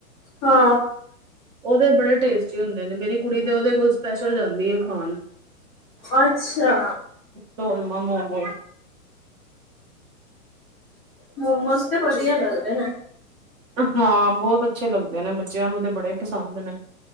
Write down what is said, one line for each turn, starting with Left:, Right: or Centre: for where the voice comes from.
Centre: ਹਾ
Right: ਓਦੇ ਬੜੇ ਟੇਸਟੀ ਹੁੰਦੇ ਨੇ, ਮੇਰੀ ਕੁੜੀ ਤੇ ਓਦੇ ਕੋਲ ਸਪੈਸ਼ਲ ਜਾਂਦੀ ਏ ਖਾਨ।
Centre: ਅੱਛਾ!
Right: ਡੋਲਮਾ ਮੋਮੋਸ।
Centre: ਮੋਮੋਜ਼ ਤੇ ਵਧੀਆ ਲੱਗਦੇ ਨੇ।
Right: ਹਾਂ ਬਹੁਤ ਅੱਛੇ ਲੱਗਦੇ ਨੇ, ਬੱਚਿਆਂ ਨੂੰ ਤੇ ਬੜੇ ਪਸੰਦ ਨੇ।